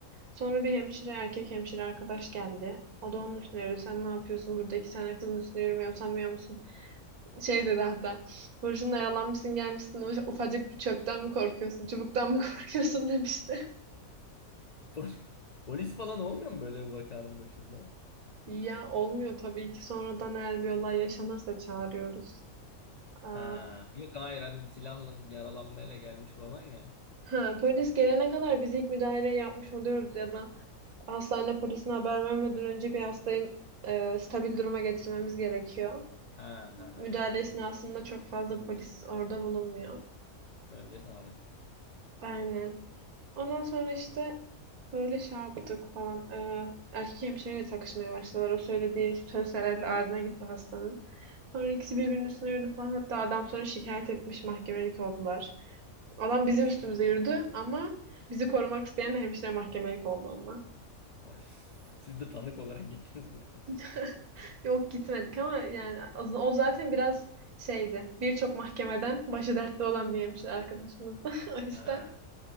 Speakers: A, on the right; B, on the left.
A: Sonra bir hemşire erkek hemşire arkadaş geldi. O da onun üstüne yürüyor. Sen ne yapıyorsun burada iki tane kızın üstüne yürümeye utanmıyor musun? Şey dedi hatta. Kurşunla yalanmışsın gelmişsin uf- ufacık bir çöpten mi korkuyorsun? Çubuktan mı <laughs> korkuyorsun demişti.
B: Pol- Polis falan olmuyor mu böyle bir vakanın başında?
A: Ya olmuyor tabii ki sonradan eğer bir olay yaşanırsa çağırıyoruz.
B: Ha,
A: Aa,
B: yok hayır hani silahla yaralanmayla gelmiş falan ya.
A: ha, polis gelene kadar biz ilk müdahaleyi yapmış oluyoruz ya da hastane polisine haber vermeden önce bir hastayı e, stabil duruma getirmemiz gerekiyor.
B: Ha ha ha
A: Müdahale
B: anladım.
A: esnasında çok fazla
B: Önce
A: polis orada bulunmuyor.
B: önce sağlık.
A: Aynen. Ondan sonra işte böyle şey yaptık falan. Ee, erkek hemşireyle takışmaya başladılar. O söylediği söz herhalde ağrına gitti hastanın. Sonra ikisi birbirinin üstüne yürüdü falan. Hatta adam sonra şikayet etmiş mahkemelik oldular. Adam
B: Hemşire
A: bizim üstümüze
B: mi?
A: yürüdü ama bizi korumak isteyen hemşire mahkemelik oldu onunla.
B: <laughs> Siz de tanık olarak gittiniz mi? daha sonra?
A: <laughs> Yok gitmedik ama yani az- o zaten biraz şeydi. Birçok mahkemeden başı dertte olan bir hemşire arkadaşımızdı. <laughs> O yüzden
B: Ha,